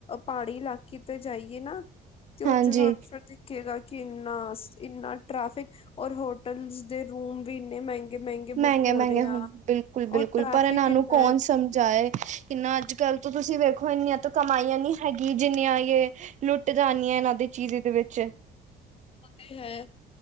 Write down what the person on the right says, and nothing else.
ਹਾਂਜੀ
ਮਹਿੰਗੇ-ਮਹਿੰਗੇ
ਹੁਨ
ਬਿਲਕੁਲ-ਬਿਲਕੁਲ
ਪਰ ਏਨਾਂ ਨੂੰ
ਕੌਣ
ਸਮਝਾਏ ਕਿੰਨਾ ਅੱਜ ਕੱਲ ਤੋਂ ਤੁਸੀਂ ਵੇਖੋ ਇੰਨੀਆਂ ਤੋਂ ਕਮਾਈਆਂ ਨੀ ਹੈਗੀਆਂ ਜਿੰਨੀਆਂ ਏ ਲੁੱਟ ਜਾਣੀ ਆ ਏਨਾਂ ਦੀ ਚੀਜ਼ ਦੇ ਵਿੱਚ